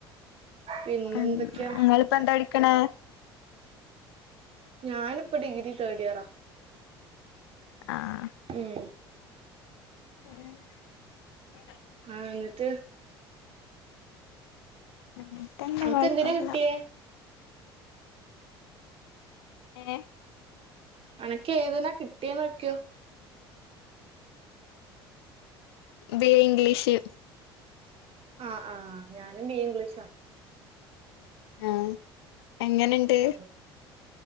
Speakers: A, on the right (about 45°); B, on the left (about 75°).
A: പിന്നെ
B: ഉം
A: എന്തൊക്കെയാ
B: നിങ്ങളിപ്പ എന്താ പടിക്കണേ
A: ഞാനിപ്പ ഡിഗ്രി തേഡ് ഇയറാ
B: ആഹ്
A: ഉം
B: <unintelligible>
A: ആഹ് എന്നിട്ട്
B: അങ്ങൻത്തെന്നെ
A: അനക്ക്
B: കൊഴപ്പല്ല
A: എന്തിനാ കിട്ടിയേ
B: ഏഹ്
A: അനക്ക് ഏതിനാ കിട്ടിയെ നോക്കിയോ
B: ബിയെ ഇംഗ്ലീഷ്
A: ആഹ് ആഹ് ഞാനും ബീയെ ഇംഗ്ലീഷാ
B: ആഹ് എങ്ങനുണ്ട്
A: ഉം